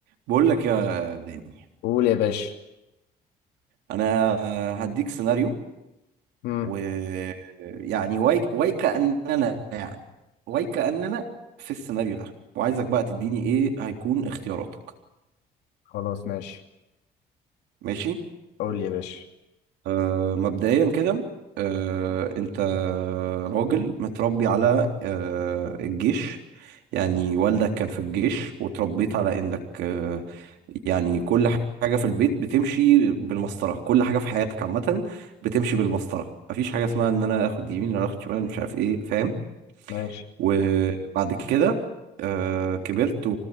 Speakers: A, on the right; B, on the left.
A: بقول لك يا داني
B: قول يا باشا
A: انا هديك سيناريو
B: امم
A: و يعني واي واي كأننا يعني واي كأننا في السيناريو ده وعايزك بقى تديني ايه هيكون اختياراتك
B: خلاص ماشي
A: ماشي
B: قول يا باشا
A: آه، مبدئيا كده آه، انت راجل متربي على آه، الجيش يعني والدك كان في الجيش وتربيت على انك آه، يعني كل حاجة في البيت بتمشي بالمسطرة كل حاجة في حياتك عامة بتمشي بالمسطرة مفيش حاجة اسمها ان انا اخد يمين ولا اخد شمال مش عارف ايه فاهم
B: ماشي
A: وبعد كده آه، كبرت و...